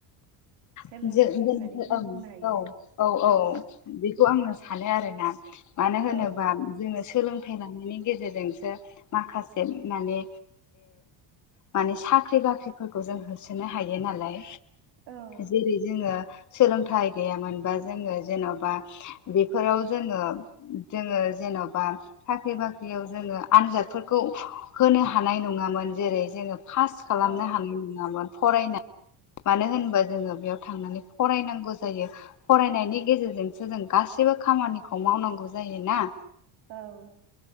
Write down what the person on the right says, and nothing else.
सोलोंथाइ
होननानै जों
बुंनो हायो
औ
औ
औ
औ